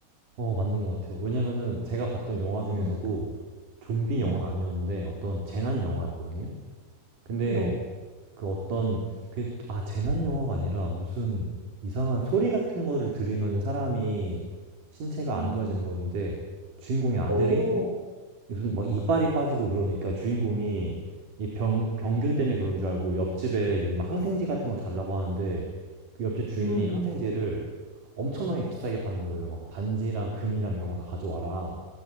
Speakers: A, on the right; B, in the centre.
A: 어, 맞는 것 같아요. 왜냐면은 제가 봤던 영화 중에서도
B: 음,
A: 좀비
B: 음.
A: 영화는 아니었는데 어떤 재난 영화였거든요. 근데
B: 네.
A: 그 어떤 그 아, 재난 영화가 아니라 무슨 이상한 소리 같은 거를 들으면 사람이 신체가
B: 음,
A: 안 좋아지는 거였는데 주인공의 아들이
B: 오.
A: 무슨 막 이빨이 빠지고 그러니까 주인공이 이 병, 병균 때문에 그런 줄 알고 옆집에 이제 막 항생제 같은 거 달라고 하는데 그 옆집 주인이
B: 음, 음.
A: 항생제를 엄청나게 비싸게 파는 거예요. 막 반지랑 금이랑 이런 거 다 가져와라.